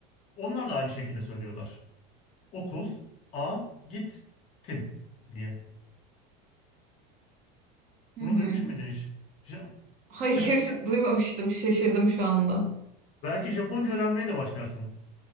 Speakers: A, on the left; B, on the right.
A: Onlar da aynı şekilde söylüyorlar. Okul a git tim diye.
B: Hı
A: Bunu
B: hı.
A: duymuş muydun hiç? Ja-
B: Hayır,
A: Japonca.
B: <laughs> duymamıştım. Şaşırdım şu anda.
A: Belki Japonca öğrenmeye de başlarsın.